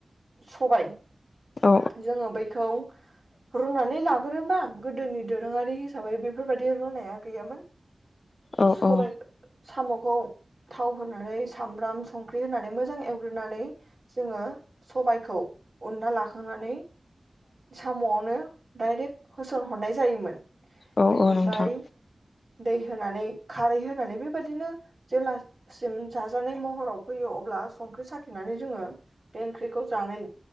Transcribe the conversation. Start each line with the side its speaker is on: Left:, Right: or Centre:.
Right: सबाय।
Left: औ
Right: जोङो बैखौ रुनानै लाग्रोबा। गोदोनि दोरोङारि हिसाबै बे बेफोरबायदि रुनाया गैयामोन।
Left: औ
Right: सबाइ
Left: औ
Right: साम'खौ थाव होनानै सामब्राम संख्रि होनानै मोजां एवग्रोनानै जोङो सबायखौ उनना लाखांनानै साम'आवनो डायरेक्ट होसनहरनाय जायोमोन।
Left: औ
Right: बेनिफ्राय
Left: औ नोंथां।
Right: दै होनानै खारै हो होनानै बेबायदिनो जेब्लासिम जाजानाय महराव फैयो अब्ला संख्रि साखिनानै जोङो बे ओंख्रिखौ जानाय